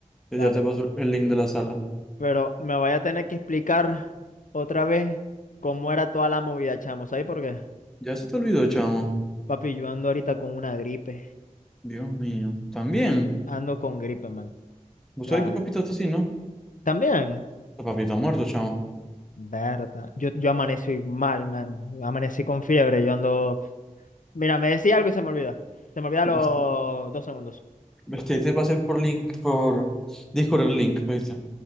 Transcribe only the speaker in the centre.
Yo
ya te paso el link de la sala.
Ya se te olvidó, chamo.
Dios mío. También.
¿Vos
sabés que papita está así, no?
La papita muerto, chamo.
Este,
este, te pasé por link, por Discord el link, ¿viste?